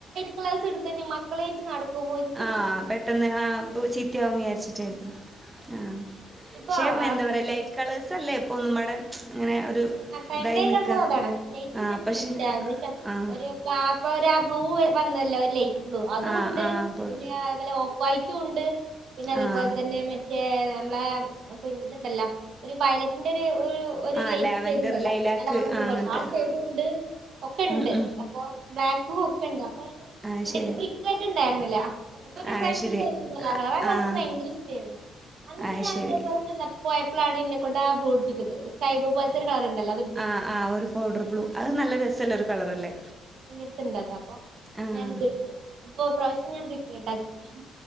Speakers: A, on the right; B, on the right.
A: ക്ലാസ് ഇട്ത്തയ്ഞാ മക്കളായിട്ട് നടക്കുമ്പോ ഇൻക്ക്
B: ആഹ് പെട്ടെന്ന് ആ ചീത്ത ആവുന്ന വിചാരിച്ചിട്ട്
A: ആഹ്
B: ആഹ്
A: ഇപ്പൊ
B: പക്ഷേ എന്താ പറയലെ കളേഴ്സ ല്ലേ ഇപ്പോ ഒന്നും പാടെ അങ്ങനെ ഒരു
A: ആഹ് ടെൺ
B: ഇതായി
A: ണ്ടായി <unintelligible>
B: നിക്ക
A: അതാണ് നൈറ്റിന്റെ
B: ആഹ്
A: ട്ത്തുണ്ട്
B: പക്ഷെ
A: ഏകദേശം
B: ആഹ്
A: ഒരു ഞാപ്പൊ രാ ബ്ലൂ വന്നല്ലോ ല്ലേ അതുണ്ട്
B: ആഹ് ആഹ്
A: പിന്നെ അതൊലെ ഓഫയ്റ്റുംണ്ട് പിന്നെ അതേപോലെ
B: ആഹ്
A: തന്നെ മ കെ നമ്മളെ പിന്നെ തിണ്ടല്ലോ ഒരു വയ്ലറ്റിന്റെ ഒര് ഒരു
B: ആഹ്
A: ലൈറ്റ്
B: ലാവൻഡർ
A: ഇൻണ്ടല്ലാ
B: ലൈലാക്ക്
A: ആ ലാവൻണ്ടി
B: ആഹ്
A: <unintelligible>
B: അങ്ങനത്തെ
A: ആ സൈഡ് ഉണ്ട് ഒക്കെ ണ്ട്
B: ഉം ഉം
A: അപ്പൊ ബേക് ഒക്കെണ്ട് അപ്പൊ
B: അത്
A: ഇന്റെട്ത്ത്
B: ശരി
A: ബ്രിക്ബെയ്ട് ണ്ടായിരുന്നില്ല ഇപ്പൊ ഒര്
B: അത്
A: ട്രെൻഡില്
B: ശരി
A: <unintelligible>
B: ആഹ്
A: ഭയങ്കര ഇഷ്ടെനി അന്ന്പ്പോ
B: അത്
A: ഞാൻ
B: ശരി
A: <unintelligible> പ്പോയപ്പളാണ്ണ്ന്നെ കൊണ്ട് ആ ബ്ലുടിപ്പിച്ചത് സ്കൈ ബ്ലൂ പോലത്തെ ഒരു കളറ്ണ്ടല്ലോ അ
B: ആഹ് ആഹ് ഒര് പൗഡർ ബ്ലൂ അത് നല്ല രസല്ല ഒര് കളറല്ലേ
A: ഇന്റെ ട്ത്ത്ണ്ടത പ്പൊ
B: ആഹ്
A: ഞാനിത്ട്ട് ഇപ്പൊ പ്രാവശ്യം ഞാൻ ബ്രിക് റെഡാക്കി